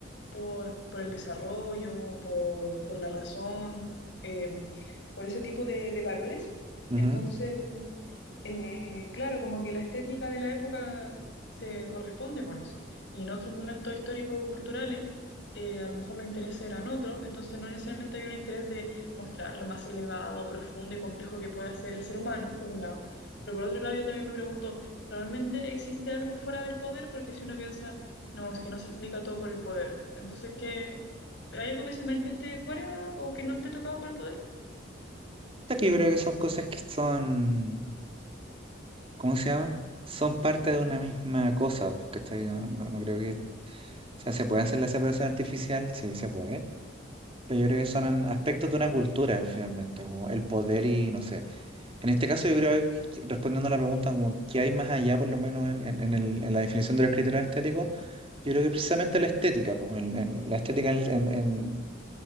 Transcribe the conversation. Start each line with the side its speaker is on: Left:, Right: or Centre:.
Left: por, por el desarrollo, por, por la razón, eh, por ese tipo de, de valores.
Right: Ujú.
Left: Entonces, eh, claro, como que la estética de la época se corresponde con eso. Y en otros momentos históricos culturales, eh, a lo mejor los intereses eran otros, entonces no necesariamente había un interés de mostrar lo más elevado, profundo y complejo que puede ser el ser humano, por un lado. Pero por otro lado, yo también me pregunto, ¿realmente existe algo fuera del poder? Porque si uno piensa, no, es que no se explica todo por el poder. Entonces, ¿qué? ¿Hay algo que se manifieste fuera o que no esté tocado por el poder?
Right: Hasta que yo creo que son cosas que son... ¿cómo se llama? Son parte de una misma cosa, ¿cachai? No, no, no creo que, o sea, se puede hacer la separación artificial, sí, se puede, pero yo creo que son en- aspectos de una cultura, finalmente, como el poder y, no sé. En este caso, yo creo, que, respondiendo a la pregunta, como qué hay más allá, por lo menos en, en- en el- en la definición de los criterios estéticos, yo creo que precisamente la estética, pues, en, en- la estética en, el en- en-